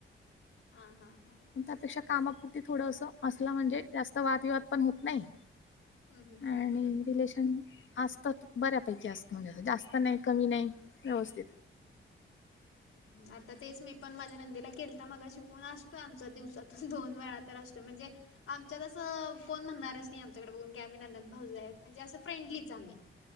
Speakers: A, on the left; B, on the left.
A: हा हा हा.
B: त्यापेक्षा कामापुरती थोडं असं असलं म्हणजे जास्त वादविवाद पण होत नाही.
A: हम् हम्.
B: आणि रिलेशन असत बऱ्यापैकी असत. जास्त नाही कमी नाही व्यवस्थित.
A: आता तेच मी पण माझ्या नंदीला केल तर मगाशी फोन असतोय आमचा दिवसातून दोन वेळा तर असतोय म्हणजे आमच्यात असं कोण म्हणणारच नाही आमच्याकडे बघून की आम्ही ननंद भाऊजी आहे म्हणजे असं फ्रेंडलीच आम्ही.